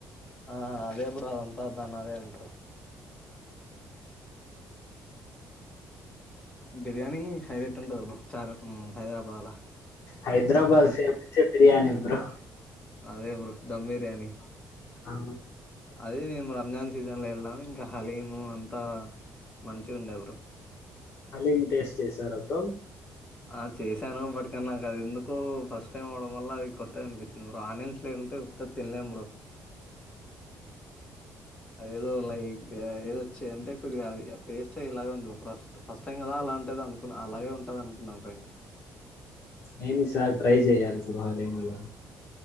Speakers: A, on the left (about 20°); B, on the left (about 50°).
A: ఆ అదే బ్రో అదంతా దాన్న అదే అంట్రూ బిర్యానీ హై రేట్ ఉంటది బ్రో చార్ ఉమ్ హైదరాబాద్లా
B: హైదరాబాద్ ఫేమస్ బిర్యానీ ఉ బ్రో
A: అదే బ్రో దమ్ బిర్యానీ
B: ఆ
A: అదే మేము అంజాన్ సీజన్ లో వెళ్ళాము ఇంకా హలీము అంతా మంచి ఉండే బ్రో
B: హలీం టేస్ట్ చేసారా బ్రో
A: ఆ చేశాను బట్ కాని నాకు అది ఎందుకు ఫస్ట్ టైమ్ అవడం వల్ల అది కొత్తది అనిపించింది బ్రో ఆనియన్స్ లేకుంటే ఉత్తది తినలేం బ్రో అదేదో లైక్ ఏదో చెంటే కొద్ది అది టేస్ట్ ఇలాగ ఉంది ఫస్ట్ ఫస్ట్ టైం కదా అలాంటేది అనుకున్నా అలాగే ఉంటది అనుకు న్న లింగ
B: నేనే ఈసారి ట్రై చేయాలి బ్రో హాలీమ్ ను